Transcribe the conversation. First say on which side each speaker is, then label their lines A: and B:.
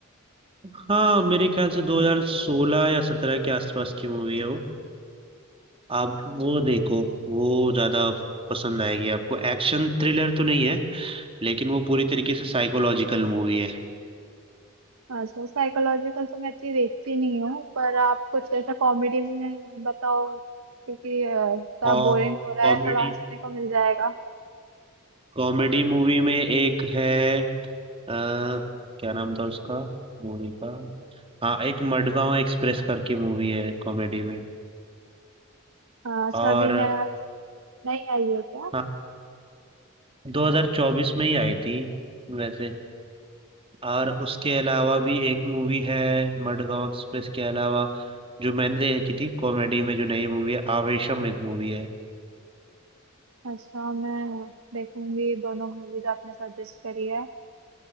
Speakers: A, on the right; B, on the right.
A: हाँ मेरे ख्याल से 2016 या 17 के आसपास की मूवी है वो आप वो देखो वो ज्यादा पसंद आएगी आपको एक्शन थ्रिलर तो नहीं है लेकिन वो पूरी तरीके से साइकोलॉजिकल मूवी है
B: अच्छा साइकोलॉजिकल तो मैं इतनी देखती नहीं हूँ पर आप कुछ ऐसा कॉमेडी में बताओ क्योंकि अ, थोड़ा
A: और
B: बोरिंग हो रहा
A: कॉमेडी
B: है थोड़ा हंसने को मिल जाएगा
A: कॉमेडी मूवी में एक है आ, क्या नाम था उसका मूवी का हाँ एक मडगांव एक्सप्रेस करके मूवी है कॉमेडी में
B: हाँ, अच्छा
A: और
B: अभी नया नहीं आई है क्या
A: हाँ 2024 में ही आई थी वैसे और उसके अलावा भी एक मूवी है मडगांव एक्सप्रेस के अलावा जो मैंने देखी थी कॉमेडी में जो नई मूवी है आवेशम एक मूवी है
B: अच्छा मैं देखूंगी दोनों मूवी जो आपने सजेस्ट करी है